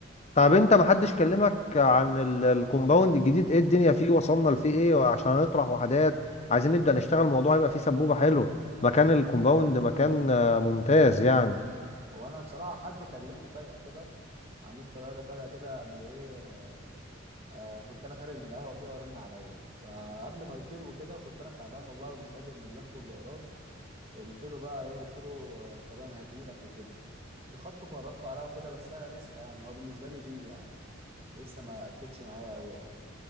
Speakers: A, on the left; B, on the right.
A: طب انت محدش كلمك عن ال- الكومباوند الجديد ايه الدنيا فيه وصلنا لفيه ايه وعشان نطرح وحدات عايزين نبدأ نشتغل الموضوع هيبقى فيه سبوبة حلو مكان الكومباوند مكان آه، ممتاز يعني
B: هو أنا بصراحة حد كلمني فجأة كده عملت طلع لي فجأة كده قبل إيه آه كنت انا خارج من القهوه كده ورن عليا فقبل ما يطير وكده كنت انا تعبان والله ومش قادر من اللف والدوران قلت له بقى ايه قلت له آه تمام هجيلك وكده وخدته فرجته عليا وكده بس انا لسه يعني هو بالنسبه لي بيه يعني لسه ما اكدش معايا قوي يعني